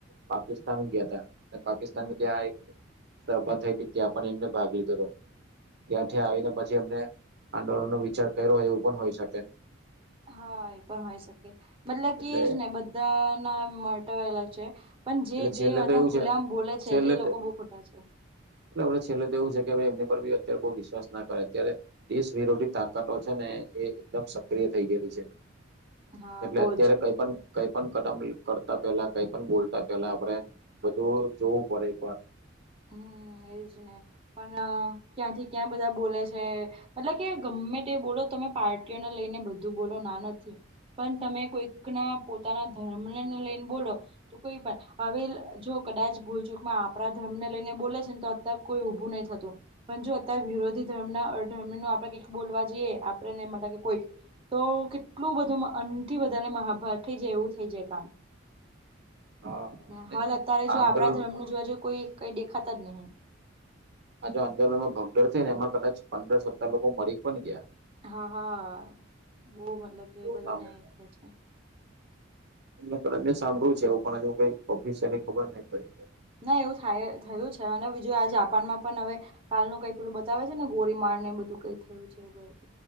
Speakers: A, on the right; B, on the right.
A: પાકિસ્તાન ગ્યા તા. ને પાકિસ્તાનને
B: હમ હમ.
A: ત્યાં એક સભા થઈ તી ત્યાં પણ એમને ભાગ લીધેલો. ત્યાંથી આવીને પછી એમને આંદોલન નો વિચાર કઈરો હોય એવું પણ હોઈ શકે.
B: હા, એ પણ હોય શકે. મતલબ કે
A: એટલે
B: એ જ ને બધા ના <unintelligible> અલગ છે. પણ જે
A: એટલે
B: જે
A: છેલ્લે તો
B: <unintelligible>
A: એવું
B: ખુલેઆમ
A: છે
B: બોલે છે
A: છેલ્લે
B: એ લોકો બહુ ખોટા છે.
A: એટલે હવે છેલ્લે તો એવું છે કે ભઈ એમની પર બી અત્યારે બહુ વિશ્વાસ ના કરાય. અત્યારે દેશ વિરોધી તાકાતો છે ને એ એકદમ સક્રિય થઈ ગયેલી છે.
B: હા
A: એટલે
B: બહુ
A: અત્યારે
B: જ
A: કંઈ પણ કંઈ પણ કદમ લ કરતા પહેલા કંઈ પણ બોલ તા પહેલા આપણેે બધું જોવું પડે એક વાર.
B: હમ્મ એજ ને. પણ ક્યાંથી ક્યાં બધા બોલે છે. એટલે કે ગમે તે બોલો તમે પાર્ટીઓને લઈને બધું બોલો ના નથી. પન તમે કોઈકના પોતાના ધર્મને લઈને બોલો તો કોઈ પન, હવેલ જો કદાચ ભૂલચૂકમાં આપણા જ ધર્મને લઈને બોલે છેન તો અત્યારે કોઈ ઊભું નહીં થતું. પણ જો અત્યારે વિરોધી ધર્મના અધર્મનો આપણે કંઈક બોલવા જોઈએ, આપણે ને મતલબ કોઈ તો કેટલું બધું આનથી વધારે મહાભારત થઈ જાય એવું થઈ જાય કામ.
A: <inaudible> આ
B: ને હાલ અત્યારે જો
A: આંદોલન
B: આપણા ધર્મનુ જોવા જોઈ કોઈ કંઈ દેખાતા જ નહીં.
A: આ જો આંદોલનમાં ભગદોડ થઈ ને એમાં કદાચ પંદર સત્તર લોકો મરી પણ ગિયા.
B: હા, હા. બહું મતલબ કે એ બધાને
A: કદાચ
B: <unintelligible> છે.
A: એમને કદાચ મે સાંભળ્યું છે એવું પણ, હજુ કઈ ઓફિશ્યલી ખબર નહી પડી કાંઈ.
B: ના એવું થાય, થયું છ છે. અને બીજું આ જાપાનમાં પણ હવે કાલનું કંઈક પેલું બતાવે છે ને ગોળી માર ને એવું બધું કઈક. થયું છે એવું <unintelligible>